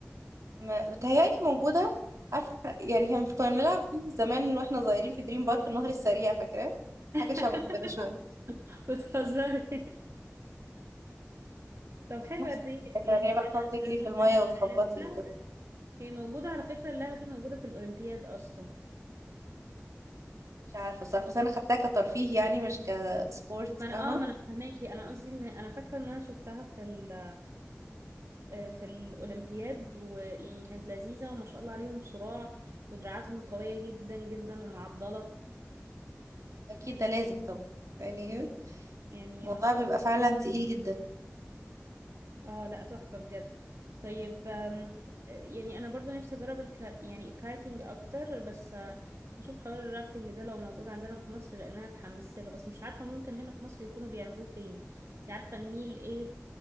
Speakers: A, on the right (about 80°); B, on the right (about 65°).
A: ما- بتهيألي موجودة عارفة يعني كان- <laughs> كنا بنلعب فيه زمان واحنا صغيرين في دريم بارك النهر السريع فاكرة
B: <laughs>
A: حاجة شبه كده شوية
B: بتهزري طب حلوة
A: نفس
B: دي يعني
A: الفكرة إن هي بقى
B: أنا
A: تقعد تجري
B: أنا
A: في المية
B: أنا
A: وتخبطي
B: عرفتها
A: وكده
B: هي موجودة على فكرة اللعبة دي موجودة في الأولمبياد أصلا
A: مش عارفة الصراحة بس أنا خدتها كترفيه يعني مش كسبورت
B: ما أنا
A: فاهمة
B: آه ما أنا فهماكي أنا قصدي إن أنا فاكرة إن أنا شفتها في ال آه، في الأولمبياد ويعني كانت لذيذة وما شاء الله عليهم صراع ودراعاتهم قوية جدا جدا ومعضلة
A: اكيد ده لازم طبعا يعني
B: يعني
A: الموضوع
B: ما شاء
A: بيبقى
B: الله
A: فعلا تقيل جدا
B: اه لا تحفة بجد طيب آم، يعني انا برضو نفسي اجرب الك... يعني الكايكنج اكتر بس آه، هشوف حوار الرافتنج ده لو موجود عندنا في مصر لان انا اتحمست له بس مش عارفة ممكن هنا في مصر يكونوا بيعملوه فين انت عارفة النيل ايه